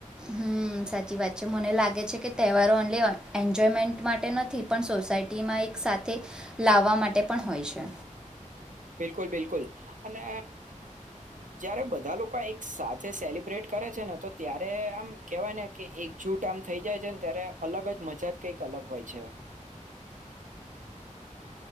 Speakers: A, in the centre; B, on the right (about 70°).
A: હમ સાચી વાત છે મને લાગે છે કે તહેવારો ઓનલી એન્જોયમેન્ટ માટે નથી પણ સોસાયટીમાં એક સાથે લાવવા માટે પણ હોય છે.
B: બિલકુલ બિલકુલ અને જય્યારે બધા લોકો એક સાથે સેલિબ્રેટ કરે છે ને તો ત્યારે આમ કેહેવાય ને કે એકજૂટ આમ થઇ જાય છે ને ત્યારે અલગ જ મજા જ કઈક અલગ હોય છે.